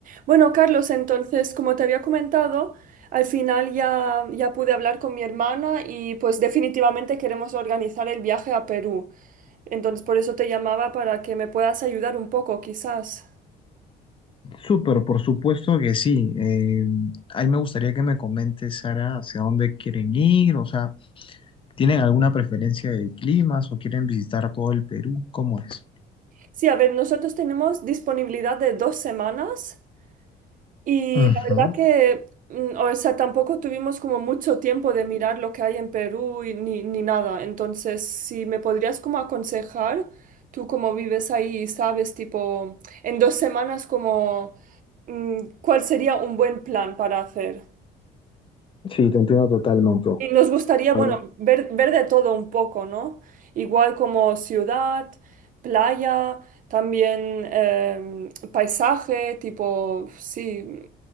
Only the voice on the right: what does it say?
Bueno, Carlos, entonces, como te había comentado, al final ya, ya pude hablar con mi hermana y pues definitivamente queremos organizar el viaje a Perú. Entonces, por eso te llamaba para que me puedas ayudar un poco, quizás.
Sí, a ver, nosotros tenemos disponibilidad de dos semanas Y
la verdad que, mm, o sea, tampoco tuvimos como mucho tiempo de mirar lo que hay en Perú y ni, ni nada. Entonces, si me podrías como aconsejar, tú como vives ahí y sabes, tipo, en dos semanas como, mm, ¿cuál sería un buen plan para hacer?
Y nos gustaría, bueno,
ver, ver de todo un poco, ¿no? Igual como ciudad, playa, también em, paisaje, tipo, sí,